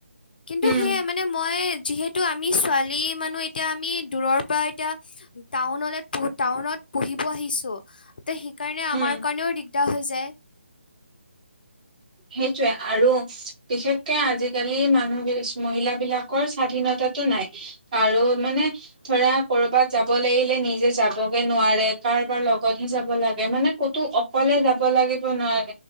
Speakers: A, on the left; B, on the right.
A: কিন্তু
B: উম
A: সেয়ে মানে মই যিহেতু আমি ছোৱালী মানুহ এতিয়া আমি দূৰৰ পৰা এতিয়া <unintelligible> <unintelligible> টাউনলৈ টাউনত পঢ়িব আহিছোঁ। <unintelligible> সেইকাৰণে
B: উম
A: আমাৰ কাৰণেও দিগদাৰ হৈ যায়।
B: সেইটোৱেই আৰু বিশেষকে আজি <unintelligible> আজিকালি মানুহ মহিলা বিলাকৰ স্বাধীনতাটো নাই। <unintelligible> আৰু মানে ধৰা কৰ'বাত যাব <inaudible> যাব লাগিলে নিজে যাবগে নোৱাৰে। কাৰোবাৰ লগতহে যাব লাগ <unintelligible> লাগে। মানে ক'তো অকলে যাব লাগিব নোৱাৰে। <unintelligible>